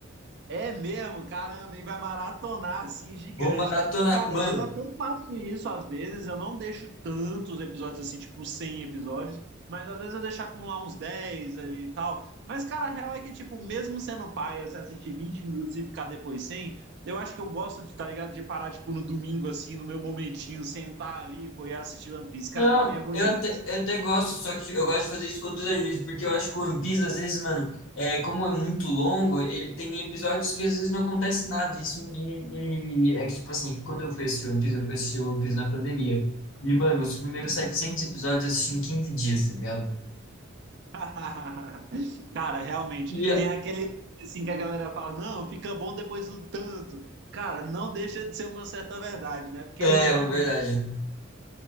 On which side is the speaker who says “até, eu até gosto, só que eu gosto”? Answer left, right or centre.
Left